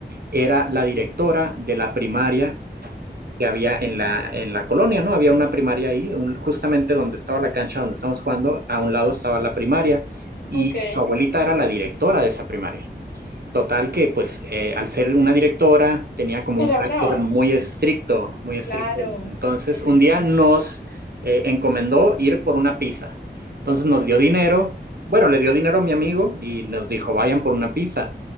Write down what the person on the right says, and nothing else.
era la directora de la primaria que había en la, en la colonia, ¿no? Había una primaria ahí, un- justamente donde estaba la cancha donde estamos jugando, a un lado estaba la primaria y
su abuelita era la directora de esa primaria. Total que pues eh, al ser una directora tenía como
un carácter
muy estricto, muy estricto.
Entonces
un día nos eh, encomendó ir por una pizza. Entonces nos
dio dinero, bueno, le dio dinero a mi amigo y nos dijo, vayan por una pizza.